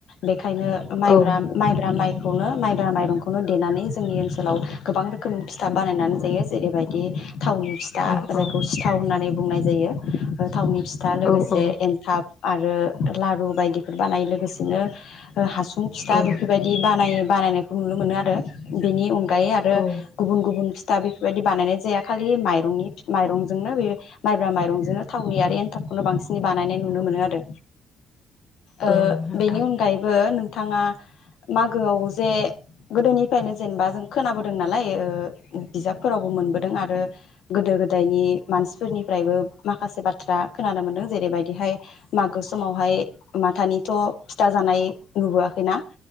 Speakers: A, on the left (about 80°); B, on the left (about 60°).
A: बे खायनो माइब्रा
B: औ
A: माइब्रा माइ खौनो माइब्रा माइरंखौनो देनानै जोंनि ओनसोलाव गोबां रोखोमनि फिथा बानायनानै जायो जेरैबायदि थावनि दा
B: अ
A: जायखौ
B: अ
A: सिथाव होननानै बुंनाय जायो ओ थावनि फिथा लोगोसे
B: औ औ
A: एन्थाब। आरो लारु बायदिफोर बानायो लोगोसेनो ओ हासुं उम फिथा
B: औ
A: बेफोरबायदि बानायोम बानायनायखौ नुनो मोनो आरो बेनि अन गायो आरो
B: औ
A: गुबुन गुबुन फि दा बेफोरबायदि बानायनाय जाया खालि माइरंनि माइरंजोंनो बे माइब्रा माइरंजोंनो थावनि आरो एनथाबखौनो बांसिनै बानायनाय नुनो मोनो आरो। ओ
B: औ नोंथां
A: बेनि अनगायैबो नो थाङा मागोआव जे गोदोनिफ्रायनो जेनबा जों खोनाबोदों नालाय ओ बिजाबफोरावबो मोनबोदों आरो गोदो गोदायनि मानसिफोरनिफ्रायबो माखासे बाथ्रा खोनानो मोनदों जेरैबायदिहाय मागो समावहाय माथानिथ' फिथा जानाय नुबोआखैना